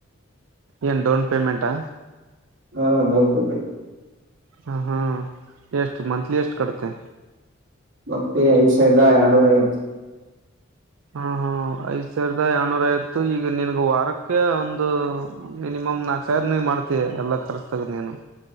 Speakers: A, on the right; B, on the right.
A: ಏನು ಡೌನ್ ಪೇಮೆಂಟಾ
B: ಹಾ <unintelligible>
A: ಹ ಹಾ ಎಷ್ಟು ಮಂತ್ಲಿ ಎಷ್ಟು ಕಡಿತಿ
B: ಮತ್ತೆ ಐದ ಸಾವಿರ ಎರಡ್ನೂರ ಐವತ್ತು
A: ಹಾ ಹಾ ಐದ್ ಸಾವಿರದ ಏರಡನೂಯವತ್ತು ಈಗ ನನ್ಗ ವಾರಕ್ಕೆ ಒಂದು ಮಿನಿಮಮ್ ನಾಲ್ಕರ್ನ ಮಾಡ್ತಯ ಎಲ್ಲಾ ಕರೆಕ್ಟಾಗಿ ನೀನು